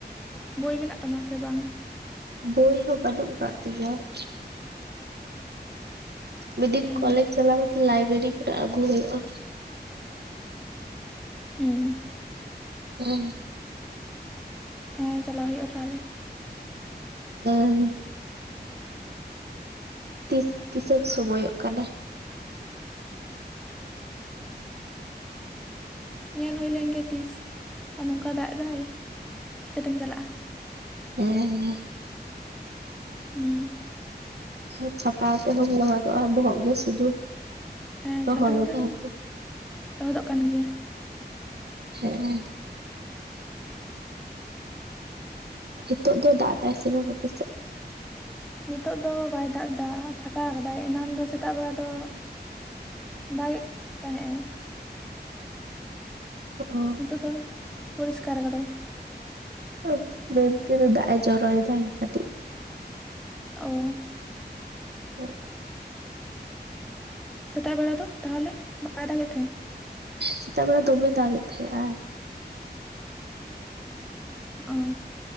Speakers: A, in the centre; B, on the right.
A: ᱵᱳᱭ ᱢᱮᱱᱟᱜ ᱛᱟᱢᱟ ᱥᱮ ᱵᱟᱝ?
B: ᱵᱳᱭ ᱦᱚᱸ ᱵᱟᱹᱱᱩᱜ ᱟᱠᱟᱫ ᱛᱤᱧᱟᱹ ᱾ ᱢᱤᱫ ᱫᱤᱱ
A: ᱚ
B: ᱠᱚᱞᱮᱡᱽ ᱪᱟᱞᱟᱣ ᱠᱟᱛᱮᱜ ᱞᱟᱭᱵᱨᱮᱨᱤ ᱠᱷᱚᱱᱟᱜ ᱟᱹᱜᱩ ᱦᱩᱭᱩᱜᱼᱟ ᱾
A: ᱦᱮᱸ ᱾
B: ᱦᱩᱸ᱾
A: ᱦᱮᱸ ᱪᱟᱞᱟᱜ ᱦᱩᱭᱩᱜᱼᱟ ᱛᱟᱦᱚᱞᱮ ᱾
B: ᱦᱮᱸ ᱛᱤᱥ ᱛᱤᱥᱮᱢ ᱥᱚᱢᱚᱭᱚᱜ ᱠᱟᱱᱟ?
A: ᱧᱮᱞ ᱦᱩᱭ ᱞᱮᱱ ᱜᱮ ᱛᱤᱥ ᱟᱨ ᱱᱚᱝᱠᱟ ᱫᱟᱜ ᱮ ᱫᱟᱭ ᱪᱤᱠᱟᱹᱛᱮᱢ ᱪᱟᱞᱟᱜᱼᱟ?
B: ᱦᱮᱸ ᱦᱮᱸ ᱾
A: ᱦᱩᱸ᱾
B: ᱟᱨ ᱪᱷᱟᱛᱟ ᱦᱟᱛᱮᱫ ᱦᱚᱢ ᱞᱚᱦᱚᱫᱚᱜᱼᱟ ᱵᱚᱦᱚᱜ ᱜᱮ ᱥᱩᱫᱷᱩ
A: ᱦᱮᱸ
B: ᱨᱚᱦᱚᱲ
A: ᱪᱷᱟᱛᱟ
B: ᱜᱮ
A: ᱟᱛᱮ
B: ᱛᱟᱦᱮᱱ
A: ᱫᱚᱢ
B: ᱫᱚ ᱾
A: ᱞᱚᱦᱚᱫᱚᱜ ᱠᱟᱱ ᱜᱮᱭᱟ
B: ᱦᱮᱸ ᱾ ᱱᱤᱛᱚᱜ ᱫᱚ ᱫᱟᱜ ᱮᱫᱟᱭ ᱥᱮ ᱵᱟᱝ ᱟᱯᱮ ᱥᱮᱫ?
A: ᱱᱤᱛᱚᱜ ᱫᱚ ᱵᱟᱭ ᱫᱟᱜ ᱮᱫᱟ ᱯᱷᱟᱠᱟ ᱠᱟᱫᱟᱭ ᱮᱱᱟᱝ ᱫᱚ ᱥᱮᱛᱟᱜ ᱵᱮᱲᱟ ᱫᱚ ᱫᱟᱜᱮᱜ ᱛᱟᱦᱮᱸᱜ ᱮ ᱾
B: ᱚᱻ
A: ᱱᱤᱛᱚᱜ ᱫᱚ ᱯᱚᱨᱤᱥᱠᱟᱨ ᱟᱠᱟᱫᱟᱭ ᱾
B: ᱚ ᱡᱩᱨ ᱛᱮᱜᱮ ᱫᱟᱭ ᱮᱭ ᱡᱚᱨᱚᱭ ᱫᱟᱭ ᱠᱟᱹᱴᱤᱜ ᱾
A: ᱚᱻ
B: ᱦᱮᱸᱻ
A: ᱥᱮᱛᱟᱜ ᱵᱮᱲᱟ ᱫᱚ ᱛᱟᱦᱚᱞᱮ ᱵᱟᱭ ᱫᱟᱜᱮᱫ ᱛᱟᱦᱮᱸᱫ?
B: ᱥᱮᱛᱟᱜ ᱵᱮᱲᱟ ᱫᱚᱢᱮᱭ ᱫᱟᱜ ᱮᱫ ᱛᱟᱦᱮᱸᱜ ᱟᱭ ᱾
A: ᱚᱻ